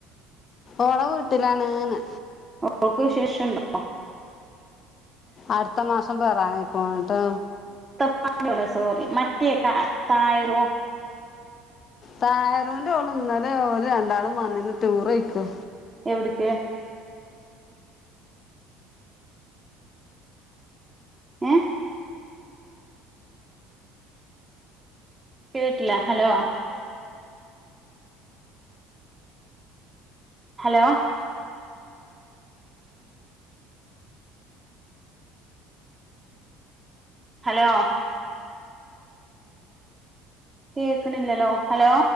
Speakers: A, on the left; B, on the right.
A: ഓളെ വീട്ടിലാണ്ന്ന്.
B: ഓൾക്ക് വിശേഷംണ്ടോ?
A: അടുത്ത മാസം പെറാനേ ക്കുണു. ന്നട്ടാ
B: ഫാൻ്റോള് സോറി മറ്റേ കാ തായിറോ?
A: തായറൂൻ്റോള് ഇന്നലെ ഓര് രണ്ടാളും വന്നിന് ടൂറോയിക്കാ
B: എവിട്ക്ക്? ഹേ കേട്ട്ല്ല. ഹലോ ഹലോ ഹലോ കേക്ണില്ലല്ലോ.. ഹലോ